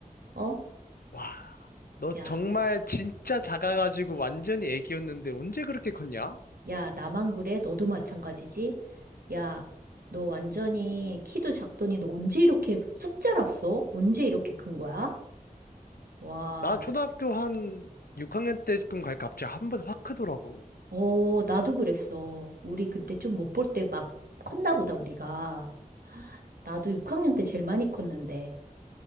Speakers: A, on the right (about 85°); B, on the left (about 85°).
A: 어?
B: 와, 너
A: 야,
B: 정말 진짜 작아가지고 완전히 애기였는데 언제 그렇게 컸냐?
A: 야, 나만 그래? 너도 마찬가지지? 야, 너 완전히 키도 작더니 너 언제 이렇게 쑥 자랐어? 언제 이렇게 큰 거야? 와,
B: 나 초등학교 한 6학년 때쯤 가니까 갑자기 한 번 확 크더라고.
A: 어, 나도 그랬어. 우리 그때 좀 못 볼 때 막 컸나 보다, 우리가. 나도 6학년 때 제일 많이 컸는데.